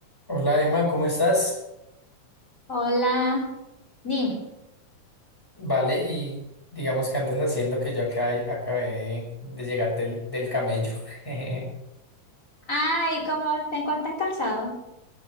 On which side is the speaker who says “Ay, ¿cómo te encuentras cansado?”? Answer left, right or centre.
Left